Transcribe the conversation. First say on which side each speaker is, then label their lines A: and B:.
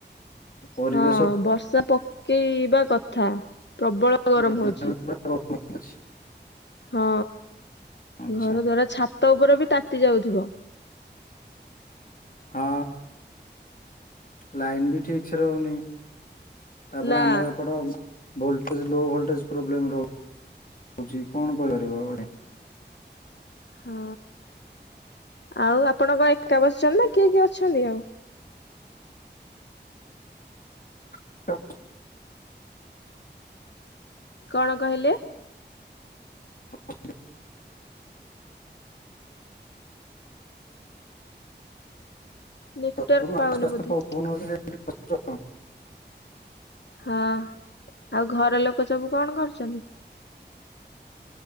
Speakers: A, on the left (about 50°); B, on the left (about 75°).
A: ପରିବେଶ
B: ହଁ ବର୍ଷା ପକେଇବା କଥା ପ୍ରବଳ
A: <unintelligible>
B: ଗରମ ହଉଛି ହଁ।
A: ଆଚ୍ଛା
B: ଘର ଦ୍ଵାରା ଛାତ ଉପରେ ବି ତାତି ଯାଉଥିବ।
A: ହଁ ଲାଇନ୍ ବି ଠିକ୍ ସେ ରହୁନି। ତାପରେ
B: ନା
A: ଆମର ଏପଟ ଭୋଲଟେଜେ ଲୋ ଭୋଲଟେଜେ ପ୍ରୋବ୍ଲେ ରହୁଛି କଣ କରିପାରିବ ଏ
B: ହଁ। ଆଉ ଆପଣ କଣ ଏକା ବସିଛନ୍ତି ନା କିଏ କିଏ ଅଛନ୍ତି ଆଉ?
A: <inaudible>
B: କଣ କହିଲେ?
A: <inaudible>
B: ନେଟୱାର୍କ
A: ତ ପବନ
B: ପାଉନି
A: ଆସ୍ତେ ଆସ୍ତେ
B: ବୋଧେ।
A: ପବନ <unintelligible> ସେ କଷ୍ଟ
B: ହଁ ଆଉ ଘର ଲୋକ ସବୁ କଣ କରୁଛନ୍ତି?